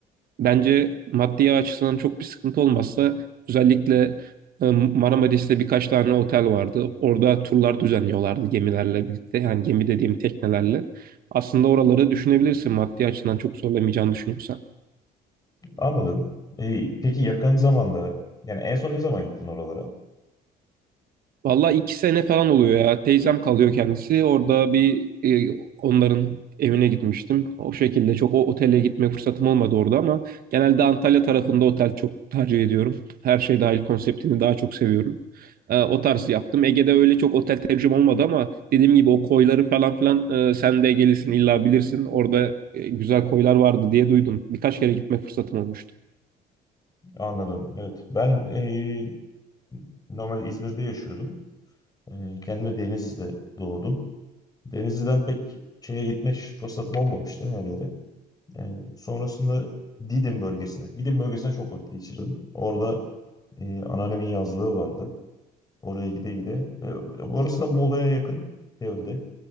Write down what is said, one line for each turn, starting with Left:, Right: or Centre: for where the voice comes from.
Right: Bence maddi açısından çok bir sıkıntı olmazsa özellikle e, Marmaris'te birkaç tane otel vardı. Orada turlar düzenliyorlardı gemilerle birlikte. Yani gemi dediğim teknelerle. Aslında oraları düşünebilirsin maddi açıdan çok zorlamayacağını düşünüyorsan.
Left: Anladım. Ee, peki yakın zamanda yani en son ne zaman gittin oralara?
Right: Valla iki sene falan oluyor ya. Teyzem kalıyor kendisi. Orada bir e, onların evine gitmiştim. O şekilde çok o otele gitme fırsatım olmadı orada ama genelde Antalya tarafında otel çok tercih ediyorum. Her şey dahil konseptini daha çok seviyorum. E, o tarz yaptım. Ege'de öyle çok otel tecrübem olmadı ama dediğim gibi o koyları falan filan e, sen de Ege'lisin illa bilirsin. Orada e, güzel koylar vardı diye duydum. Birkaç kere gitme fırsatım olmuştu.
Left: Anladım. Evet. Ben ee, normalde İzmir'de yaşıyordum. Ee, kendim de Denizli'de doğdum. Denizli'den pek şeye gitme fırsatım olmamıştı her yere. E, sonrasında Didim bölgesine. Didim bölgesine çok vakit geçirdim. Orada e, anneannemin yazlığı vardı. Oraya gide gide. E, orası da Muğla'ya yakın teoride.